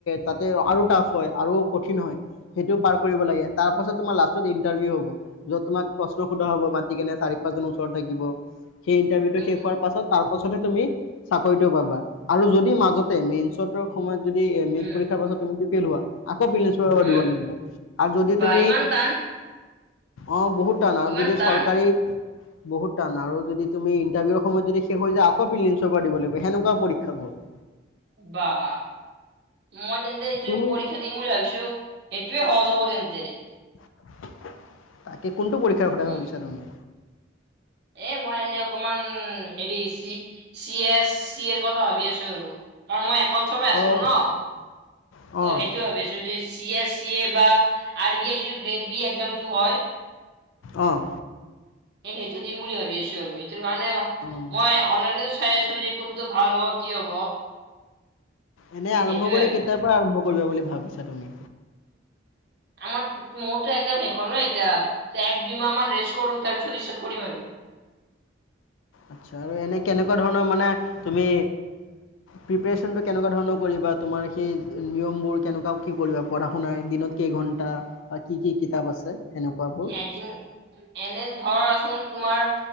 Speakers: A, on the left; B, on the right.
A: তাত আৰু টাফ হয় আৰু কঠিন হয়। সেইটো পাৰ কৰিব লাগে, তাৰপাছত তোমাৰ লাষ্টত ইন্টাৰভিউ হব যত তুমাক প্ৰশ্ন সোধা হ'ব মাতি কেনে চাৰি পাঁচজন ওচৰত থাকিব সেই ইন্টাৰভিউটো
B: উম
A: শেষ হোৱাৰ পাছত তাৰপাছত ছতহে তুমি চাকৰিটো পাবা, আৰু যদি মাজতে মেইচ তৰ সময়ত যদি
B: উম
A: আক তুমি যদি ফেইল হোৱা আকৌ প্ৰিলিমছ বাবে
B: উম
A: দিব লাগিব আৰু যদি
B: বা
A: তুমি
B: ইমান টান
A: অ বহুত টান আৰু
B: ইমান
A: যদি
B: টান
A: চৰকাৰী বহুত টান আৰু যদি তুমি ইণ্টাৰভিউৰ সমত যদি শেষ হৈ যায় আকৌ প্ৰিলিমচৰ পৰা দিব লাগিব সেনেকুৱা পৰীক্ষাবোৰ। <inaudible>
B: বাহ মই তেন্তে এইটোৱে
A: তুমি
B: পৰীক্ষা দিম বুলি ভাবিছো। সেইটোৱে সহজ হব তেন্ত
A: তাকে কোনটো পৰীক্ষাৰ কথা
B: উম
A: ভাবিছা তুমি?
B: এ মই এনে অকমান হেৰি C C S, C R কথা ভাবি আছো আৰু কাৰণ মই একাউন্টছৰ পৰা আছিলো
A: অ
B: ন।
A: অঁ
B: ত সেইটো যদি চি এছ ই এ বা, আৰ বি আই যিটো গ্ৰেজ একজামটো হয়।
A: অঁ।
B: এ সেইটো দিম বুলি ভাবি আছো আৰু, সেইটো কাৰণে
A: অঁ
B: মই অনলাইনতো চাই আছো যে, কোনটো ভাল হব কি হব
A: এনেই আৰম্ভ
B: সেইটোৱে
A: কৰিলে
B: আৰু,
A: কেতিয়াৰ পৰা আৰম্ভ কৰিবা বুলি ভাবিছা তুমি,
B: আমাৰ, মোৰটো একদম সেইখন এ এতিয়া। এক দুই মাহ মান ৰেষ্ট কৰো তাৰপিছত ইষ্টাৰত কৰিম আৰু।
A: আৰ্টছা আৰু এনেই কেনেকুৱা ধৰণৰ মানে তুমি প্ৰিপাৰেচন কেনেকুৱা ধৰণৰ কৰিম, বা তোমাৰ সেই নিয়ম বোৰ কেনেকুৱাও কি কৰিবা পঢ়া শুনাই দিনত কেই ঘন্টা বা কি কি কিতাপ আছে। সেনেকুৱাবোৰ
B: এদিন এনে ধৰা চোন তোমাৰ